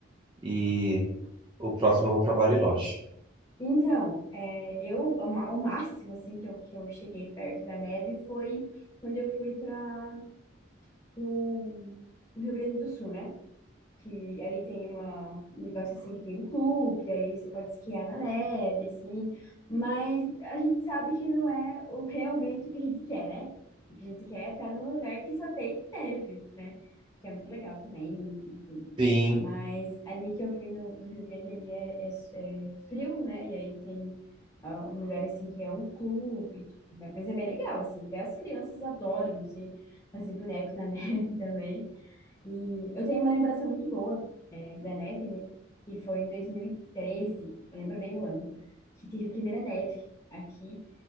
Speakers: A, on the right; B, on the left.
A: e o próximo eu vou para Bariloche.
B: então, é, eu, o ma- o máximo, assim, que eu, que eu cheguei perto da neve foi quando eu fui pra. no, no Rio Grande do Sul, né? que ali tem uma, um negócio assim que tem um clube, aí você pode esquiar na neve, assim, mas a gente sabe que não é o, realmente o que a gente quer, né? O que a gente quer é estar num lugar que só tem neve, né? Que é muito legal também e, e tudo.
A: Sim,
B: Mas ali que eu fui no, do Rio Grande, ali é, é, é frio, né? E aí tem ah, um lugar assim que é um clube, e tudo, mas é bem legal, assim, até as crianças adoram, assim, fazer boneco na <laughs> neve também. E eu tenho uma lembrança muito boa, é, da neve, né? Que foi em 2013, eu lembro bem o ano, que teve a primeira neve aqui.